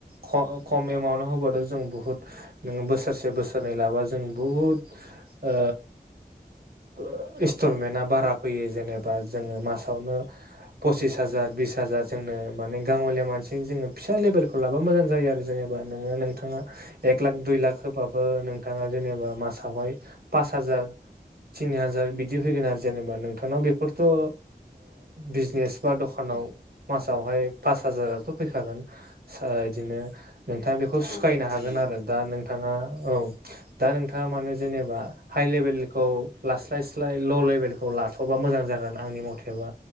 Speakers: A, on the right; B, on the left.
A: ख ओ खम एमाउन्ट होबाथ' जों बुहुत नोङो बोसोरसे बोसोरनै लाबा जों बुहुद ओ ओ इस्टलमेन्टा बारा फैयो जेनेबा जोङो मासावनो पसिस हाजार बिस हाजार जोंनो माने गाङलिया मानसि जोङो फिसा लेबेलखौ लाबा मोजां जायो आरो जोङो। बा नोङो नोंथाङा एक लाख दुइ लाख होबाबो नोंथाङा जेनेबा मासावहाय पास हाजार थिनि हाजार बिदि फैगोन आरो जेनेबा नोंथांनाव बेफोरथ' ओ बिजनेस बा दखानाव
B: औ
A: मासावहाय पास हाजाराथ' फैखागोन सो इदिनो नोंथाङा बेखौ
B: औ
A: सुखायनो
B: फैयो
A: हागोन आरो दा नों थाङा औ दा नोंथाङा मानो जेनेबा हाइ लेभेलनिखौ लास्लाय स्लाय ल लेबेल खौ लाथ'बा मोजां जागोन आंनि मथेबा